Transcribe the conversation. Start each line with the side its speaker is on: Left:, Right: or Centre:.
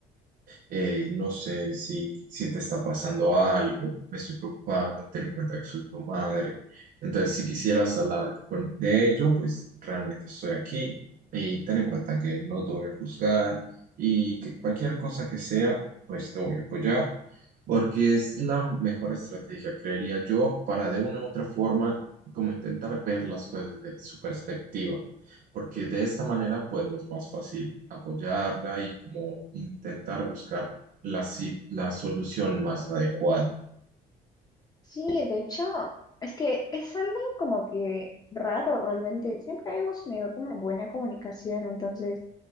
Right: eh, no sé si, si te está pasando algo, me estoy preocupando, ten en cuenta que soy tu madre. Entonces, si quisieras hablar con, de ello, pues realmente estoy aquí y ten en cuenta que no te voy a juzgar y que cualquier cosa que sea, pues te voy a apoyar, porque es la mejor estrategia, creería yo, para de una u otra forma, como intentar ver las cosas desde su perspectiva porque de esta manera podemos más fácil apoyarla y como intentar buscar la, si- la solución más adecuada.
Left: Sí, de hecho, es que es algo como que raro realmente. Siempre habíamos tenido como buena comunicación, entonces